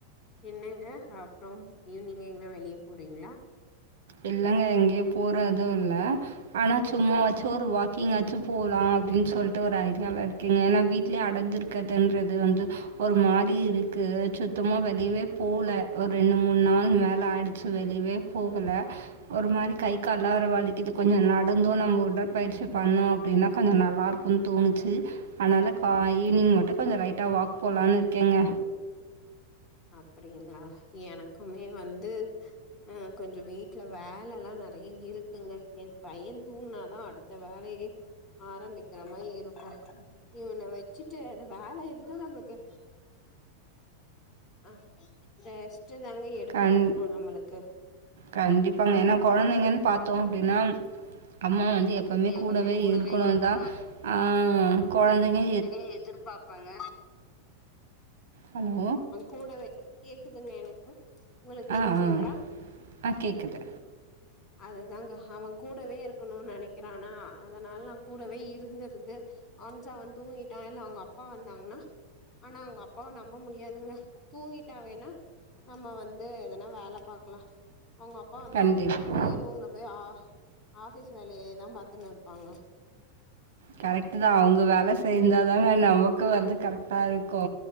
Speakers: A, on the left; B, on the right.
A: என்னங்க அப்றொ ஈவினிங் எங்க வெளிய போறீங்களா
B: இல்லங்க எங்கயு போறது இல்ல ஆனா சும்மா வாச்சு ஒரு வாக்கிங் ஆச்சு போலா அப்பிடின்னு சொல்லிட்டு ஒரு ஐடியால இருக்கிங்க ஏனா வீட்லயே அடஞ்சிரு இருக்றதுன்றது வந்து ஒரு மாரி இருக்கு சுத்தமா வெளிவே போல ஒரு ரெண்டு மூணு நாள் மேல ஆய்டுச்சு வெளிவே போகல ஒரு மாரி கை கால்லா வேற வலிக்குது கொஞ்சொ நடந்தோ நம்ம உடற்பயிற்சி பண்ணோ அப்டின்னா கொஞ்சோ நல்லா இருக்கு தோணுச்சு அத்னால கா ஈவினிங் மட்டு கொஞ்சொ லைட்டா வாக் போலான்னு இருக்கேங்க
A: அப்டிங்களா எனக்குமே வந்து ஆ கொஞ்சொ வீட்ல வேல எல்லா நறையா இருக்குங்க என் பையன் தூங்னாதா அடுத்து த வேலயே ஆரம்பிக்கிற மாரி இருக்கூ இவன வெச்சுட்டு அது வேல இருந்தா நம்ளுக்கு ஆ ரெஸ்ட்டு தாங்க எடுக்க
B: கண்
A: தோணு நம்மளுக்கு
B: கண்டிப்பாங்க ஏன்னா கொழந்தெங்கன் பாத்தோ அப்டின்னா அம்மா வந்து எப் எப்பொமே
A: எப்பவுமே
B: கூடவே இருக்குணு
A: இருக்கணுனுங்க
B: தா ஆ கொழந்தெங்க
A: ங்க எதிர்பாப்பாங்க
B: ஹலோ!
A: கூடவே கேக்குதுங்க எனக்கு உங்களுக்கு
B: ஆ,
A: கேக்குதுங்ளா
B: ஆ, ஆ கேட்குது.
A: அதுதாங்க அவ கூடவே இருக்கணுனு நெனக்கிறானா அதனால நா கூடவே இருந்துருந்து வன்ச் அவ தூங்கிட்டா இல்லா அவ்ங்க அப்பா வந்தாங்ன்னா ஆனா அவ்ங்க அப்பாவ நம்ப முடியாதுங்க தூங்கிட்டா வேனா நம்ம வந்து எதனா வேல பாக்லா அவ்ங்க அப் அப்பா வந்த
B: கண்டிப்பா.
A: ஒட்னே போய் ரூம்ல போய் ஆ ஆஃபிஸ் வேலயே தா பாத்துன்னு இருப்பாங்க
B: கரெக்ட்டு தா அவுங்க வேல செய்ந்தா தான நமக்கு வந்து கரெக்ட்டா இருக்கூ